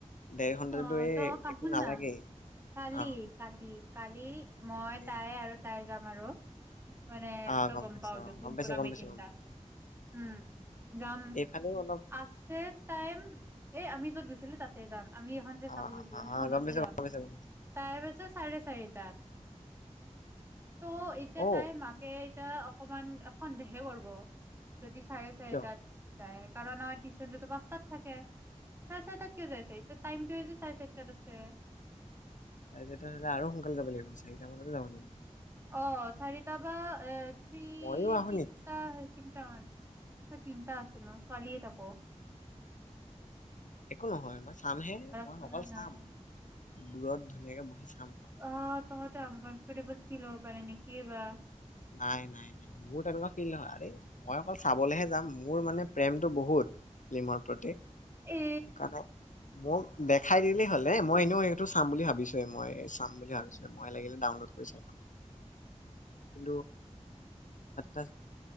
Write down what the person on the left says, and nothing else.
ডেৰ ঘন্টাতো
এই
একো
নালাগেই
অ
খালি
অ
পাইছো
অ
গম পাইছো
গম পাইছো
গম পাইছো
এইফালেও অলপ
অ
অ
গম পাইছো
গম পাইছো গম পাইছো
অ
কিয়
চাৰে চাৰিটাত হলে আৰু সোনকালে যাব লাগিব চাৰিটা মানতে যাব লাগিব।
মইয়ো আহো
নেকি
একো নহয় মই চামহে মই
অকল
চাম। দূৰত ধুনীয়াকে ব <unintelligible>
নাই নাই নাই মোৰ তেনেকুৱা ফিল নহয় আৰে মই অকল চাবলেহে যাম মোৰ মানে প্ৰেমটো বহুত ফিল্মৰ প্ৰতি।
সেইকাৰণে মোক দেখাই দিলে হ'লে মই এনেও চাম বুলি ভাবিছোৱে মই চাম বুলি ভাবি মই লাগিলে ডাউনলোড কৰি চাই লম। কিন্তু <unintelligible>